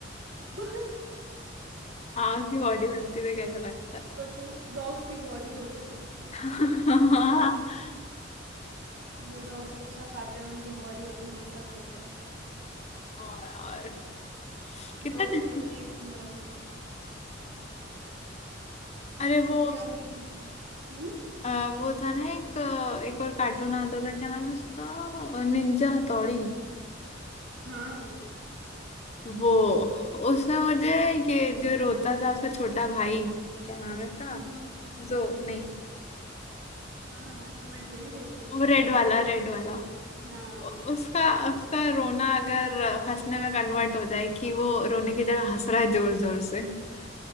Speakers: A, on the right; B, on the left.
A: <laughs>
B: हाँ
A: वही
B: उसकी बॉडी बनती तो कैसा लगता है
A: सोचो डॉग्स की बॉडी होती तो इतना
B: <laughs>
A: बॉडी जो डॉग्स अच्छा खाते हैं उनकी बॉडी होती मसल्स होते हैं
B: और, और कितना
A: डॉग्स
B: डिफरेंट
A: की अपनी एक दुनिया होती
B: अरे वो
A: उनके अपने हम्म
B: अ, वो था ना एक अ, एक और कार्टून आता था क्या नाम है उसका निंजा हथौड़ी
A: हाँ
B: वो उसमें मुझे ये जो रोता था उसका छोटा भाई क्या नाम है उसका
A: हाँ
B: जो नहीं
A: हाँ समझ गई वो
B: वो रेड वाला रेड वाला
A: हाँ
B: उ- उसका उसका रोना अगर हंसने में कन्वर्ट हो जाए कि वो रोने की जगह हंस रहा है जोर जोर से हम्म।